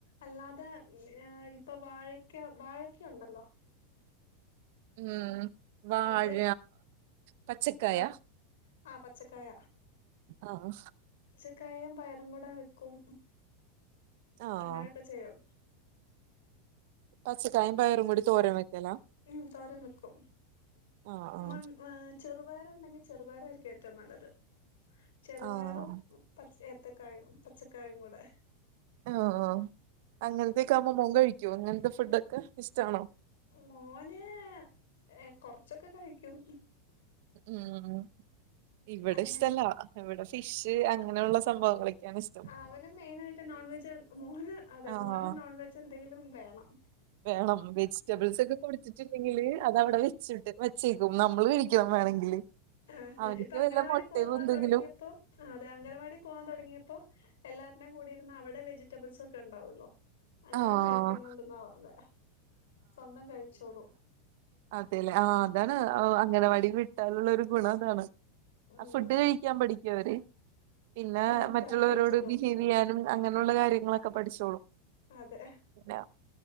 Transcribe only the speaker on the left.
അല്ലാതെ ഇപ്പൊ വാഴക്ക വാഴക്കൊണ്ടല്ലോ
അത്
ആ ആ പച്ചക്കായ
ക്കയും പയറും കൂടാ വെക്കും
അങ്ങനൊക്കെ ചെയ്യാം
ഉം തോരൻ വെക്കും
<unintelligible> ചെറുപയറുണ്ടെങ്കി ചെറുപയറായിരിക്കും ഏറ്റവും നല്ലത്. ചെറുപയറും
പച്ച ഏത്തക്കായും പച്ചക്കായും കൂടെ
മോന് എ കൊർച്ചൊക്കെ കഴിക്കും
അങ്ങനെ
ആഹ് അവന് മെയിനായിട്ട് നോൺവെജ് മോന് അതെ
മോന് നോൺവെജെന്തെങ്കിലും വേണം
ആഹ്.
ഇപ്പ അംഗനവാടി
പോവാൻ
തൊടങ്ങിയപ്പോ ആഹ് അതെ അംഗനവാടി പോവാൻ തൊടങ്ങിയപ്പോ എല്ലാരുടേം കൂടെഇരുന്ന് അവിടെ വെജിറ്റബിൾസ് ഒക്കെ ഉണ്ടാവല്ലോ അങ്ങനെ
കഴിക്കുന്നുണ്ടെന്നാ പർഞ്ഞേ. സ്വന്തം കഴിച്ചോളും
ഉം
ഉം
തന്നെ കഴിച്ചോളും
അതെ